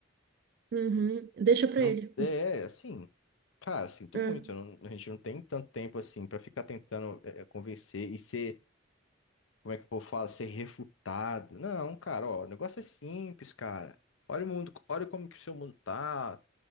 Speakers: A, on the right (about 55°); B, on the left (about 80°).
A: Uhum, Deixa
B: Você
A: pra
B: não,
A: ele.
B: é, é, assim, cara, sinto
A: É,
B: muito. eu não- a gente não tem tanto tempo assim pra ficar tentando é, é, convencer e ser, como é que o povo fala, ser refutado. Não, cara, ó, o negócio é simples, cara. Olha o mundo, olha como que o seu mundo tá.